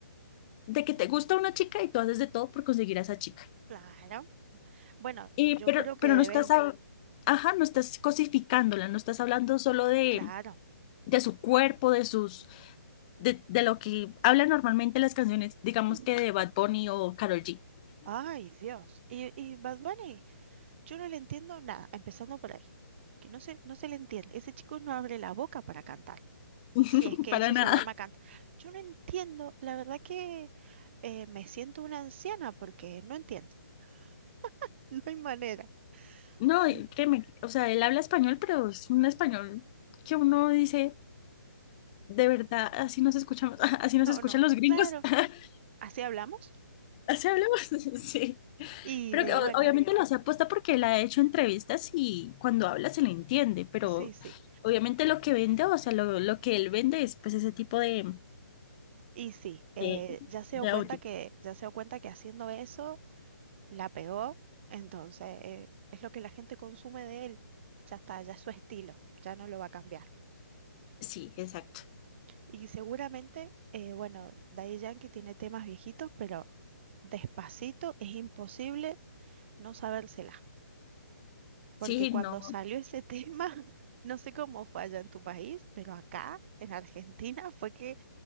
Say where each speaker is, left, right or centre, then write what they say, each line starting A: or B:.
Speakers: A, on the left (about 25°); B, on the right (about 35°).
A: de que te gusta una chica y tú haces de todo por conseguir a esa chica.
B: claro. Bueno,
A: Eh,
B: yo
A: pero,
B: creo que
A: pero
B: debe,
A: no estás, hab- ajá, no estás cosificándola, no estás hablando solo de,
B: claro.
A: de su cuerpo, de sus, de, de lo que hablan normalmente las canciones, digamos
B: ujú.
A: que de Bad Bunny o Karol G,
B: Ay, Dios. ¿Y, y Bad Bunny? Yo no le entiendo nada, empezando por ahí, que no se, no se le entiende. Ese chico no abre la boca para cantar, si
A: <laughs>
B: es que
A: para
B: eso
A: nada.
B: se llama cantar. Yo no entiendo, la verdad que eh, me siento una anciana porque no entiendo, <laughs> no hay manera.
A: No,
B: Mm,
A: y créeme, o sea, él habla español, pero es un español que uno dice, de verdad, así nos escuchamos, <laughs> así
B: No,
A: nos escuchan
B: no,
A: los gringos.
B: claro,
A: <laughs>
B: así hablamos.
A: Así hablamos, <laughs> sí.
B: Y
A: Pero
B: de,
A: que, o-
B: bueno,
A: obviamente
B: eh,
A: lo hace aposta porque él ha hecho entrevistas y cuando habla se le entiende, pero
B: sí, sí,
A: obviamente lo que vende, o sea, lo, lo que él vende es pues ese tipo de,
B: y sí, eh,
A: de,
B: ya se
A: de
B: dio cuenta
A: audio.
B: que, ya se dio cuenta que haciendo eso la pegó, entonces eh, es lo que la gente consume de él. Ya está, ya es su estilo, ya no lo va a cambiar.
A: Sí, exacto.
B: Y seguramente, eh, bueno, Daddy Yankee tiene temas viejitos, pero Despacito es imposible no sabérsela, porque
A: Sí,
B: cuando
A: no.
B: salió ese tema, <laughs> no sé cómo fue allá en tu país, pero acá, en Argentina, fue que,